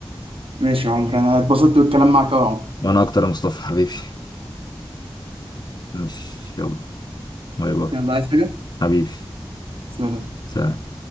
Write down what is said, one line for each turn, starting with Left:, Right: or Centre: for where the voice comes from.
Right: ماشي يا عمر انا اتبسطت بالكلام معاك أوي يا عمر
Left: وانا اكتر يا مصطفى حبيبي ماشي يلا باي باي
Right: يلا عايز حاجه
Left: حبيبي
Right: سلام
Left: سلام